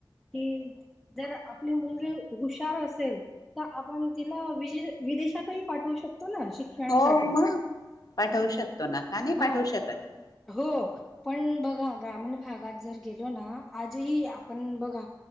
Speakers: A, in the centre; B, on the left.
A: कि जर आपली मुलगी हुशार असेल तर आपण तिला विजय विदेशातही पाठवू शकतो ना शिक्षणासाठी
B: हो मग पाठवू
A: हम्
B: शकतो ना का नाही पाठवू
A: हा
B: शकत
A: हो पण बघ. ह ग्रामीण भागात जर गेलो ना आजही आपण बघा.